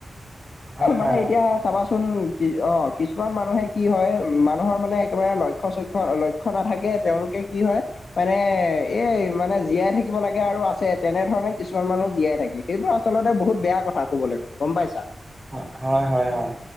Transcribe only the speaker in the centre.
হয় হয়
অঁ হয় হয়, অঁ।